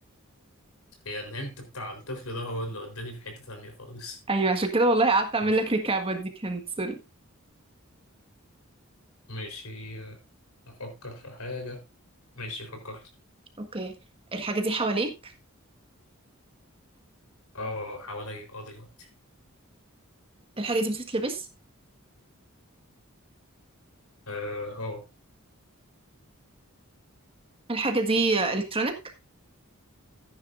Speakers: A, on the left; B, on the right.
A: هي الهنت بتاع الطفل ده هو اللي وداني في حتة تانية خالص
B: ايوه عشان كده والله قعدت اعمل
A: ماشي
B: لك ريكاب دي كانت سوري
A: ماشي آه، أفكر في حاجة ماشي فكرت
B: اوكي الحاجه دي حواليك
A: اه حواليا اه دلوقتي
B: الحاجه دي بتتلبس
A: اه اه
B: الحاجه دي الكترونيك